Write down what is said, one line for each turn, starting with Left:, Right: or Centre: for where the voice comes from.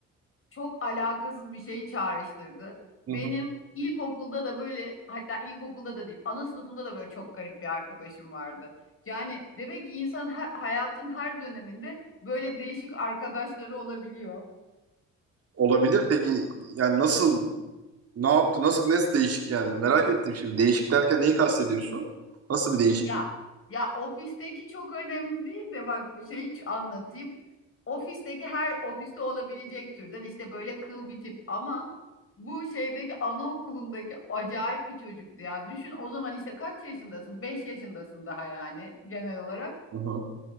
Left: çok alakasız bir şeyi çağrıştırdı.
Right: Hı
Left: Benim
Right: hı.
Left: ilkokulda da böyle hatta ilkokulda da değil ana sınıfında da böyle çok garip bir arkadaşım vardı. Yani demek ki insan her, hayatın her döneminde böyle değişik arkadaşları olabiliyor.
Right: Olabilir peki yani nasıl ne yaptı nasıl ne değişik yani merak ettim şimdi değişik derken neyi kastediyorsun? Nasıl bir değişiklik?
Left: Ya ya ofisteki çok önemli değil de bak şey hiç anlatayım. Ofisteki her ofiste olabilecek türden işte böyle kıl bir tip ama bu şeydeki anaokulundaki acayip bir çocuktu ya. Düşün o zaman işte kaç yaşındasın? 5 yaşındasın daha yani genel olarak.
Right: Hı hı.